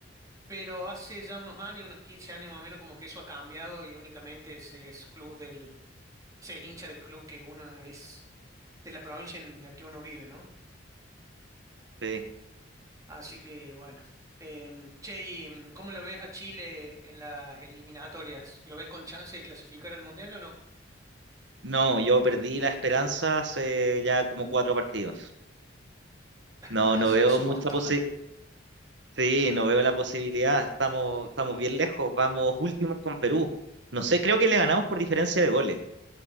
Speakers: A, on the right (about 15°); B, on the right (about 65°).
A: pero hace ya unos años, unos 15 años más o menos, como que eso ha cambiado y únicamente se es club del, se es hincha del club que uno es, de la provincia en la que uno vive, ¿no?
B: Sí.
A: Así que bueno. Em, che, ¿y em, cómo lo ves a Chile en las eliminatorias? ¿Lo ves con chance de clasificar al Mundial o no?
B: No, yo perdí la esperanza hace ya como cuatro partidos.
A: <laughs>
B: No,
A: Hace
B: no veo
A: un
B: mucha,
A: montón.
B: posi- Sí, no veo la posibilidad. Estamos, estamos bien lejos. Vamos últimos con Perú. No sé, creo que le ganamos por diferencia de goles.